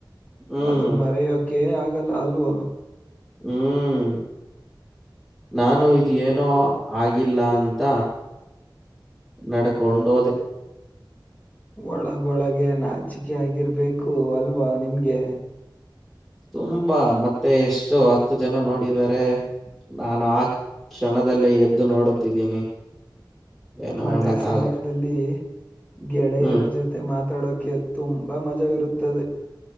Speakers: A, in the centre; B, on the left.
A: ಹ್ಮ್
B: ಅದು ಮರೆಯೋಕೆ ಆಗಲ್ಲಾ ಅಲ್ವಾ
A: ಹ್ಮ್ ನಾನು ಇದ ಏನೋ ಆಗಿಲ್ಲ ಅಂತ ನಡ್ಕೊಂಡ ಹೊದೆ.
B: ಒಳಗ ಗೊಳಗೆ ನಾಚಿಕೆ ಆಗಿರಬೇಕು ಅಲ್ವಾ ನಿಮಗೆ
A: ತುಂಬಾ ಮತ್ತೆ ಎಷ್ಟು ಹತ್ತು ಜನ ನೋಡಿದ್ದಾರೆ ನಾನು ಆ ಕ್ಷಣದಲ್ಲೇ ಎದ್ದು ನೋಡುತ್ತಿದ್ದೀನಿ ಏನು
B: ಮಳೆ
A: ಮಾಡಕ್
B: ಸಮಯದಲ್ಲಿ
A: ಆಗ
B: ಗೆಳೆಯರ
A: ಹ್ಮ್
B: ಜೊತೆ ಮಾತಾಡೋ ಕ್ಕೆ ತುಂಬಾ ಮಜಾ ಇರುತ್ತದೆ.